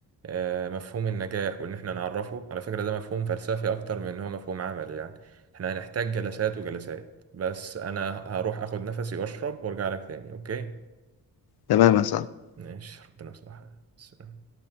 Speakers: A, on the right (about 40°); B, on the left (about 80°).
A: آه، مفهوم النجاح وان احنا نعرفه على فكرة ده مفهوم فلسفي اكتر من ان هو مفهوم عملي يعني احنا هنحتاج جلسات وجلسات بس انا هروح اخد نفسي واشرب وارجع لك تاني اوكي
B: تمام يا صاحبي
A: ماشي ربنا يصلحك سلام